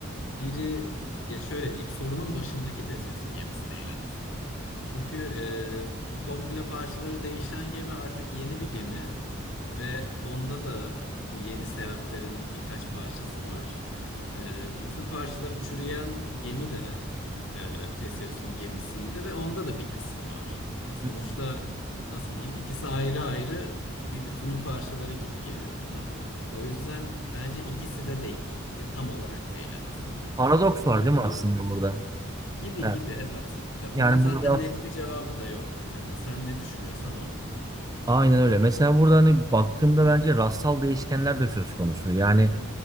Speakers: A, on the left (about 70°); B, on the right (about 20°).
A: biri ya şöyle diyeyim sorunun başındaki Theseus'un gemisi değil en azından. Çünkü e, komple parçaları değişen gemi artık yeni bir gemi ve onda da bu yeni seyahatlerin birkaç parçası var. E, bütün parçaları çürüyen gemi de e, Theseus'un gemisiydi ve onda da bir kısmı var. Ya sonuçta
B: Hmm.
A: nasıl diyeyim ikisi ayrı ayrı bir bütünün parçaları gibi geliyor bana. O yüzden bence ikisi de değil. Ya tam olarak değil en azından.
B: Paradoks var
A: Bunun
B: değil
A: bu
B: mi aslında
A: arada
B: burada?
A: gibi
B: Evet.
A: gibi evet. Ya bunun
B: Yani
A: zaten
B: burada
A: net bir cevabı da yok. Hani sen ne düşünüyorsan o.
B: aynen öyle. Mesela burada hani baktığımda bence rastsal değişkenler de söz konusu. Yani